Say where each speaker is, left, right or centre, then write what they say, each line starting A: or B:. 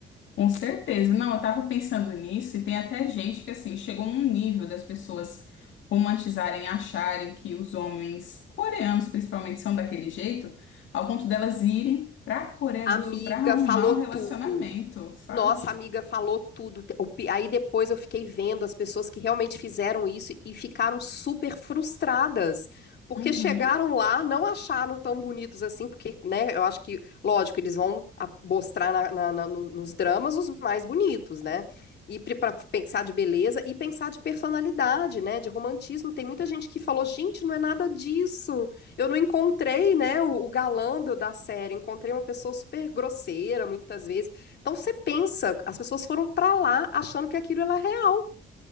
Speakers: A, on the left; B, on the left.
A: com certeza. Não, eu estava pensando nisso e tem até gente que assim chegou num nível das pessoas romantizarem, acharem que os homens coreanos principalmente são daquele jeito, ao ponto delas irem para a Coreia
B: Amiga
A: do Sul para arrumar
B: falou
A: um
B: tudo.
A: relacionamento, sabe?
B: Nossa, amiga falou tudo. Te- o pi- Aí depois eu fiquei vendo as pessoas que realmente fizeram isso e ficaram super frustradas, porque
A: Uhum.
B: chegaram lá, não acharam tão bonitos assim, porque, né, eu acho que, lógico, eles vão a- mostrar na- na- na- no- nos dramas os mais bonitos, né? E para pensar de beleza e pensar de personalidade, né, de romantismo. Tem muita gente que falou, gente, não é nada disso. Eu não encontrei, né, o, o galã do- da série. Encontrei uma pessoa super grosseira, muitas vezes então você pensa, as pessoas foram para lá achando que aquilo era real.